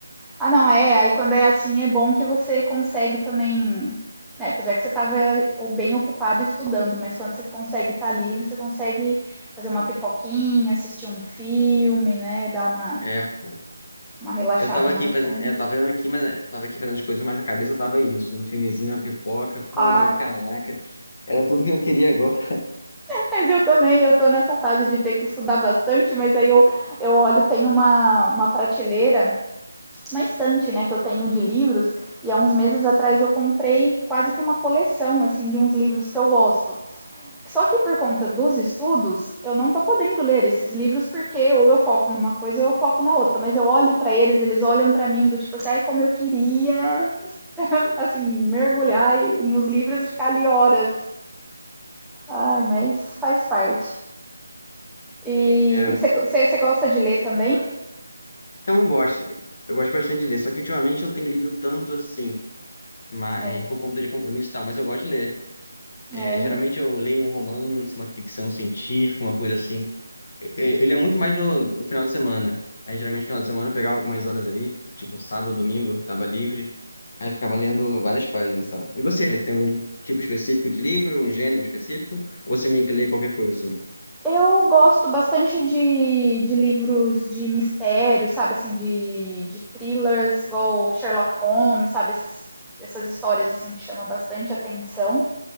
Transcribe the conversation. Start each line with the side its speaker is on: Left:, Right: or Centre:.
Centre: Ah, não, é. Aí quando é assim é bom que você consegue também, né? Apesar que você estava ou bem ocupado estudando, mas quando você consegue estar livre, você consegue fazer uma pipoquinha, assistir um filme, né? Dar uma,
Left: É, pô.
Centre: uma relaxada,
Left: Eu tava
Centre: uma
Left: aqui
Centre: série.
Left: fazendo, eu tava fazendo aqui, mas eu tava aqui fazendo as coisas, mas a cabeça tava aí, no, no filmezinho, na pipoca, pô,
Centre: Ah,
Left: vai, caraca, era tudo que eu queria agora.
Centre: Mas eu também, eu tô nessa fase de ter que estudar bastante, mas aí eu, eu olho, tem uma, uma prateleira, uma estante, né, que eu tenho de livros, e há uns meses atrás eu comprei quase que uma coleção, assim, de uns livros que eu gosto. Só que por conta dos estudos, eu não tô podendo ler esses livros porque ou eu foco numa coisa ou eu foco na outra, mas eu olho pra eles, eles olham pra mim do tipo assim, ai, como eu queria, assim, mergulhar nos livros e ficar ali horas. Ai, mas faz parte. E
Left: É,
Centre: você gosta de ler também?
Left: então eu gosto, eu gosto bastante de ler, só que ultimamente eu não tenho lido tanto assim, mas
Centre: É,
Left: por conta de compromisso e tal, mas eu gosto de ler. É,
Centre: é.
Left: geralmente eu leio um romance, uma ficção científica, uma coisa assim. Ele é muito mais no, no final de semana. Aí geralmente no final de semana eu pegava algumas horas ali, tipo sábado, domingo, tava livre. Aí eu ficava lendo várias páginas, sabe? E você, tem algum tipo específico de livro, um gênero específico? Ou você meio que lê qualquer coisa assim?
Centre: Eu gosto bastante de, de livros de mistério, sabe? Assim, de, de thrillers, igual Sherlock Holmes, sabe? Esses, essas histórias assim que chamam bastante atenção.